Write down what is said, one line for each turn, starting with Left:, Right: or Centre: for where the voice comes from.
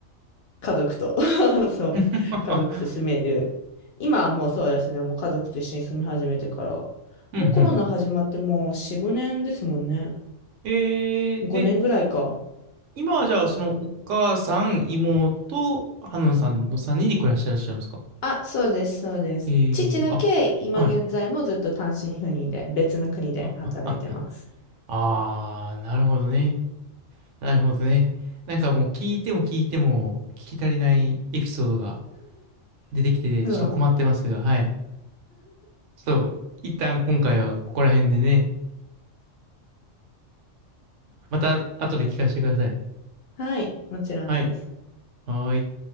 Left: 家族と <laughs> そう、
Right: <laughs>
Left: 家族と住める。今はもうそうですね、もう家族と一緒に住み始めてから。
Right: うんうん。
Left: もうコロナ始まってもう4、5年ですもんね。
Right: えー、
Left: 5年ぐらいか。
Right: え、今はじゃあ、そのお母さん、妹、ハノンさんの3人で暮らしてらっしゃるんですか
Left: あ、そうです、そうです。
Right: えー、
Left: 父だけ今現在もずっと単身赴任で別の国で働いてます。
Right: あ、はい。あ、あー、なるほどね。なるほどね。なんかもう聞いても聞いても聞き足りないエピソードが出てきてちょっと困ってますが、
Left: うん。
Right: はい。ちょっと一旦今回はここら辺でね、また後で聞かせてください。
Left: はい、もちろんです。
Right: はい。はーい。